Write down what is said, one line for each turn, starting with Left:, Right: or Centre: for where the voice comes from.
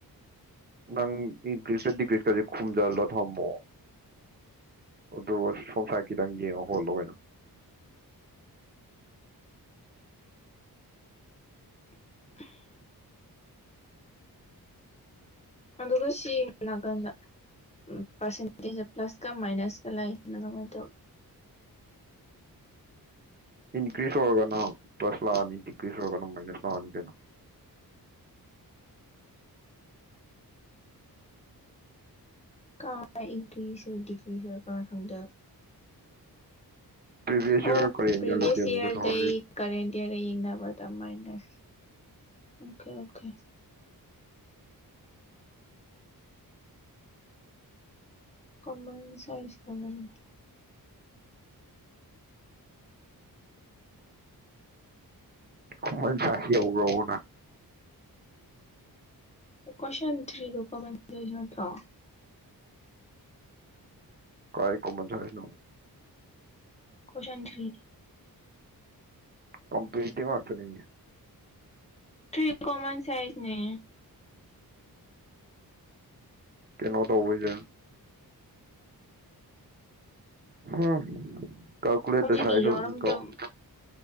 Right: ꯅꯪ ꯏꯟꯀ꯭ꯔꯤꯁꯀ ꯗꯤꯀ꯭ꯔꯤꯁꯀꯁꯤ ꯈꯨꯝꯖꯤꯜꯂꯣ ꯊꯝꯃꯣ ꯑꯗꯨꯒ ꯁꯝꯁꯥꯏꯠ ꯈꯤꯇꯪ ꯌꯦꯡꯉꯣ ꯍꯣꯠꯂꯣ ꯀꯩꯅꯣ
Left: <inaudible> ꯑꯗꯨꯒ ꯁꯤ ꯅꯥꯀꯟꯗ ꯄꯥꯔꯁꯦꯟꯇꯦꯖꯇ ꯄ꯭ꯂꯁꯀ ꯃꯥꯏꯅꯁꯀ ꯂꯩꯥꯛꯁꯤꯅ ꯀꯃꯥꯏꯅ ꯇꯧ
Right: ꯏꯟꯀ꯭ꯔꯤꯖ ꯑꯣꯏꯔꯒꯅ ꯄ꯭ꯂꯁ ꯂꯥꯛꯑꯅꯤ ꯗꯤꯀ꯭ꯔꯤꯖ ꯑꯣꯏꯔꯒꯅ ꯃꯥꯏꯅꯁ ꯂꯥꯛꯅꯤ ꯀꯩꯅꯣ
Left: ꯀꯥ ꯏꯟꯀ꯭ꯔꯤꯖ ꯍ ꯗꯤꯀ꯭ꯔꯤꯒ <unintelligible>
Right: ꯄ꯭ꯔꯤꯚꯤꯌꯁ ꯏꯌꯥꯔ
Left: ꯑꯣ
Right: ꯀꯣꯔꯤꯌꯟ
Left: ꯄ꯭ꯔꯤꯕꯦꯁꯌꯔ
Right: ꯌꯥꯎꯕꯗꯤ ꯑꯃꯨꯛꯀ ꯊꯣꯛꯍꯜꯂꯤ
Left: ꯗꯩ ꯀꯔꯦꯟ ꯗꯤꯌꯥꯔ ꯌꯦꯡꯅꯕ ꯃꯥꯏꯅꯔ ꯑꯣꯀꯦ ꯑꯣꯀꯦ ꯀꯃꯜꯁ ꯁꯨꯑꯥꯏ
Right: ꯀꯥꯃꯟ <unintelligible> ꯌꯧꯒꯔꯕꯣ
Left: ꯀꯣꯏꯁꯦꯟ ꯊ꯭ꯔꯤ ꯗꯣ ꯀꯃꯥꯏꯇꯩꯖꯅꯣ
Right: ꯀꯥꯏ ꯀꯨꯝꯃ <unintelligible>
Left: ꯀꯣꯏꯁꯟ ꯊꯔꯤ
Right: ꯀꯝꯄ꯭ꯂꯤꯇꯤ ꯉꯇꯅꯦ
Left: ꯊꯔꯤ ꯀꯣꯃꯟ ꯁꯥꯏꯖꯅꯦ
Right: ꯀꯩꯅꯣ ꯇꯎꯕꯩꯖ ꯍꯥꯝ ꯀꯥꯎ ꯀꯨꯂꯦꯇꯔ
Left: ꯍꯧꯖꯤꯛꯀꯤ
Right: ꯁꯥ <unintelligible>
Left: ꯌꯥꯎꯔꯝꯗꯝ